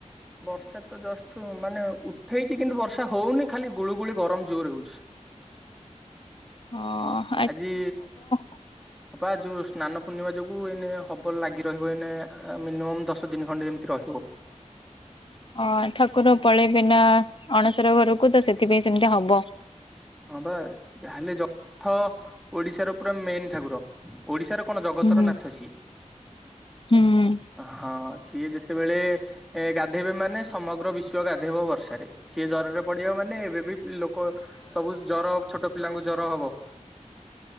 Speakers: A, in the centre; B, on the left (about 45°).
A: ବର୍ଷା ତ ଜଷ୍ଟ୍ ମାନେ ଉଠେଇଚି କିନ୍ତୁ ବର୍ଷା ହଉନି ଖାଲି ଗୁଳୁଗୁଳି ଗରମ୍ ଜୋରେ ହଉଚି।
B: ହଁ।
A: ଆଜି
B: <inaudible>
A: ହବା ଯଉ ସ୍ନାନ ପୂର୍ଣ୍ଣିମା ଯୋଗୁଁ ଏଇନେ ହବ ଲାଗି ରହିବ ଏଇନେ ଆ-ମିନିମମ୍ ଦଶ ଦିନ୍ ଖଣ୍ଡେ ଏମିତି ରହିବ।
B: ଅ- ଠାକୁର ପଳେଇବେନା ଅଣସର ଘରୁକୁ ତ ସେଥିପାଇଁ ସେମିତି ହବ।
A: ହଁ ପା ଯାହେଲେ ଯ- ଥ ଓଡ଼ିଶାର ପୁରା ମେନ୍ ଠାକୁର। ଓଡିଶାର କଣ ଜଗତର
B: ହୁଁ ହୁଁ
A: ନାଥ ସିଏ।
B: ହୁଁ।
A: ହଁ ସିଏ ଯେତେବେଳେ ଏ- ଗାଧେଇବେ ମାନେ ସମଗ୍ର ବିଶ୍ଵ ଗାଧେଇବ ବର୍ଷାରେ। ପଢେଇବା ମାନେ ଏବେ ବି ଲୋକ ସବୁ ଜର ହବ ଛୋଟ ପିଲାଙ୍କୁ ଜର ହବ।